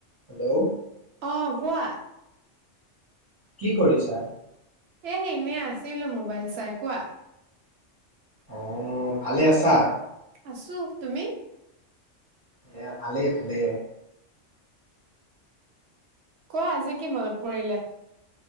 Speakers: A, on the right; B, on the right.
A: Hello
B: অ' কোৱা
A: কি কৰিছা?
B: এ এনে আছিলো মোবাইল চাই কোৱা
A: অ ভালে আছা
B: আছো তুমি?
A: এয়া ভালেই ভালে
B: কোৱা আজি কি মনত পৰিলে?